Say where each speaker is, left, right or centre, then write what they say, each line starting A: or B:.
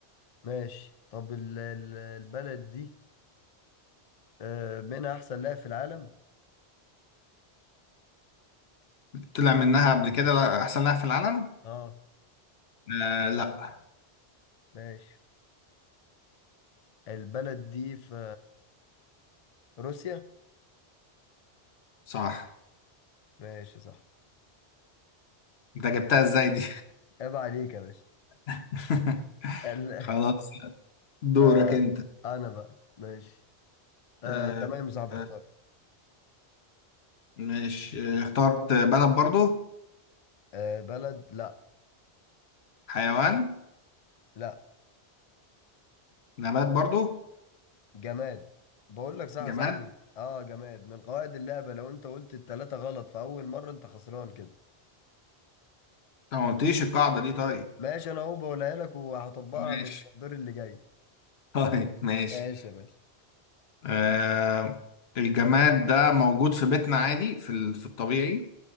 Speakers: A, on the left (about 45°); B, on the left (about 70°).
A: ماشي طب ال- ال- البلد دي آه منها أحسن لاعب في العالم
B: طلع منها قبل كده لا، أحسن لاعب في العالم
A: اه
B: آه لا
A: ماشي البلد دي في روسيا
B: صح
A: ماشي صح
B: انت جبتها ازاي دي
A: عيب عليك يا باشا
B: <laughs>
A: ال...
B: خلاص
A: <laughs>
B: دورك
A: آه...
B: انت
A: انا بقى ماشي آه...
B: آه
A: تمام يا صاحبي
B: آه،
A: اختار
B: ماشي آه، اخترت بلد برضو
A: آه... بلد لا
B: حيوان
A: لا
B: نبات برضو
A: جماد بقول لك صح
B: جماد
A: يا صاحبي اه جماد من قواعد اللعبة لو انت قلت التلاتة غلط في اول مرة انت خسران كده
B: انت ما قلتليش القاعدة دي طيب
A: ماشي انا اهو بقولها لك وهطبقها
B: ماشي
A: من الدور اللي جاي
B: طيب ماشي
A: ماشي يا باشا
B: آه الجماد ده موجود في بيتنا عادي في ال- في الطبيعي